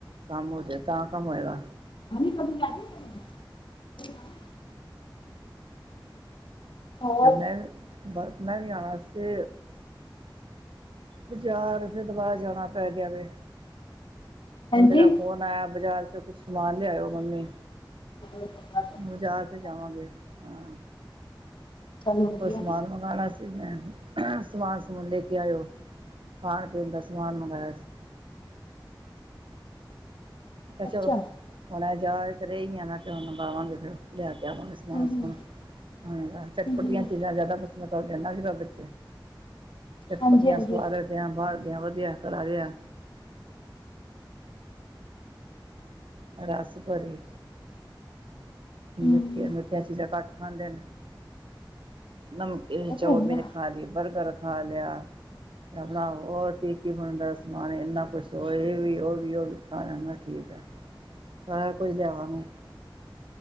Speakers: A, on the right; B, on the left.
A: ਕੰਮ ਹੋ ਜੇ, ਤਾਂ ਕੰਮ ਹੋਏਗਾ।
B: <inaudible> ਹੋਰ
A: ਕਹੀੰੰਦਾ ਬੱਸ ਮੈਂ ਵੀ ਆਵਾਂ ਸੀ। ਬਜਾਰ, ਫਿਰ ਦੁਬਾਰਾ ਜਾਣਾ ਪੈ ਗਿਆ ਵੇ।
B: ਹਾਂਜੀ
A: ਮੁੰਡੇ ਦਾ ਫੋਨ ਆਇਆ ਬਾਜ਼ਾਰ ਚੋ ਕੁਛ ਸਮਾਨ ਲਿਆਇਓ ਮੰਮੀ।
B: ਅੱਛਾ
A: ਬਜ਼ਾਰ ਤੇ ਜਾਵਾਂਗੇ ਹਾਂ
B: ਚਲੋ ਵਧੀਆ
A: ਕੋਈ ਸਮਾਨ ਮੰਗਾਨਾ ਸੀ ਮੈਂ, ਸਮਾਨ ਸਮੂਨ ਲੈ ਕੇ ਆਏਓ। ਖਾਣ-ਪੀਣ ਦਾ ਸਮਾਨ ਮੰਗਾਇਆ ਸੀ। ਤੇ ਚਲੋ
B: ਅੱਛਾ
A: ਹੁਣ ਅੱਜ ਆ ਤੇ ਰਹੀ ਆ ਨਾ ਕਯੋ ਮੰਗਾਵਾ ਫਿਰ ਲੈਕੇ ਆਵਾਂਗੇ।
B: ਹੂੰ
A: ਮੌਨਸੂਨ
B: ਹੂੰ
A: ਹੁਨ ਚਟਪਟੀਆਂ
B: ਹੂੰ
A: ਚੀਜ਼ਾਂ ਜ਼ਿਆਦਾ ਪਸੰਦ ਕਰਦੇ ਨੇ ਅੱਜ-ਕੱਲ੍ਹ। ਵਿੱਚ ਚਟਪਟੀਆਂ,
B: ਹਾਂਜੀ ਹਾਂਜੀ
A: ਸਵਾਦਰੀਆਂ, ਬਾਹਰ ਦਿਆਂ ਵਧੀਆ ਕਰਾਰਿਆ ਰੱਸਪਰੀ।
B: ਹੂੰ
A: ਮਿੱਠਿਆਂ, ਮਿੱਠੀਆਂ ਚੀਜ਼ਾਂ ਘੱਟ ਖਾਂਦੇ ਨੇ। ਨਮਕੀਨ,
B: ਉਹ
A: ਚਾਉਮੀਨ
B: ਤਾਂ ਹੈ ਹੀ ਆ
A: ਖਾ ਲੀ, ਬਰਗਰ ਖਾ‌ ਲਿਆ। ਆਪਣਾ ਹੋਰ ਕੀ-ਕੀ ਬਣਦਾ ਸਮਾਨ, ਇੰਨਾ ਕੁੱਛ ਹੋ ਇਹ ਵੀ, ਉਹ ਵੀ, ਉਹ ਵੀ, ਖਾ ਲੈਂਦਾ ਠੀਕ।
B: <unintelligible>
A: ਹੈ ਸਾਰਾ ਕੁਝ ਲਿਆਵਾਂਗੇ। <inaudible>